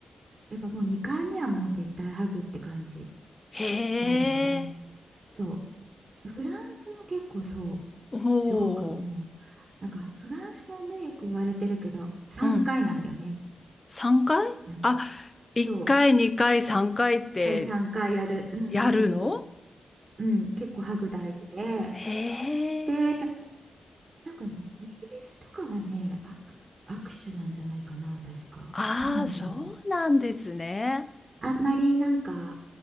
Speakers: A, on the right; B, on the left.
A: やっぱもう2回目はもう絶対ハグって感じ
B: へ
A: なんだよね。
B: え。
A: そう。フランスも結構そう
B: おお。
A: すごくもうなんかフランスはねよく言われてるけど3回なんだよね
B: うん。3回あ、
A: なんか
B: 1回、
A: そう
B: 2回、3回って
A: 第3回やるうんそうそうそ
B: やるの
A: ううん結構ハグ大事で
B: へえ。
A: でなんかねイギリスとかはねあ握手なんじゃないかな確かどうなんだろう
B: ああ、そうなんですね。
A: あんまりなんか